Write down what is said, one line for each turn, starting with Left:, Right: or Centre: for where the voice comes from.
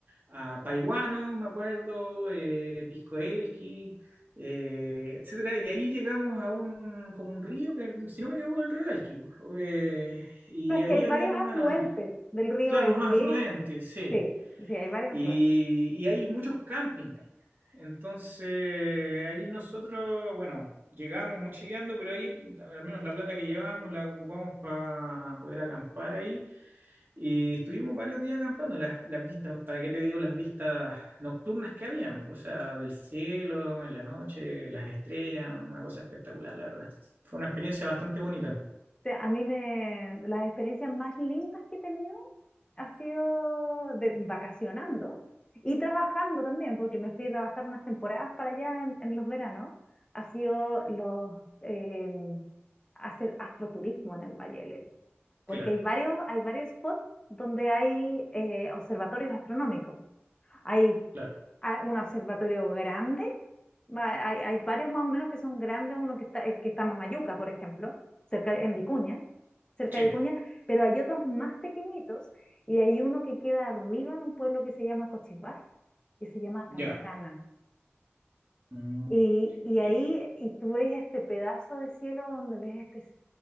Right: a Paiguano, me acuerdo, eh, Pisco Elqui, eh, etcétera, y ahí llegamos a un, como un río que, si no me equivoco, el río Elqui, eh, y
Left: No, es
Right: ahí
Left: que hay
Right: habían
Left: varios
Right: una,
Left: afluentes del río
Right: claro,
Left: Elqui.
Right: unos afluentes, sí,
Left: Sí, sí, hay varios
Right: y,
Left: afluentes.
Right: y hay muchos campings ahí. Entonces, ahí nosotros, bueno, llegamos mochileando, pero ahí al menos la plata que llevábamos la ocupamos para poder acampar ahí. Y estuvimos varios días acampando. Las, las vistas, ¿para qué te digo las vistas nocturnas que habían? O sea, del cielo, en la noche, las estrellas, una cosa espectacular, la verdad. Fue una experiencia bastante bonita.
Left: sea, a mí me, las experiencias más lindas que he tenido ha sido de, vacacionando y trabajando también, porque me fui a trabajar unas temporadas para allá en, en los veranos. Ha sido los eh, hacer astroturismo en el Valle del Elqui, porque
Right: Claro,
Left: hay varios, hay varios spots donde hay eh, observatorios astronómicos. Hay
Right: claro.
Left: ah, un observatorio grande Va- Hay, hay varios más o menos que son grandes, uno que está, el que está más Mayuca, por ejemplo, cerca en Vicuña, cerca
Right: Sí,
Left: de Vicuña, pero hay otros más pequeñitos y hay uno que queda arriba en un pueblo que se llama Cochibás, que se llama Cancana.
Right: ya. Mm,
Left: Y, y
Right: y-
Left: ahí, y tú ves este pedazo de cielo donde ves este...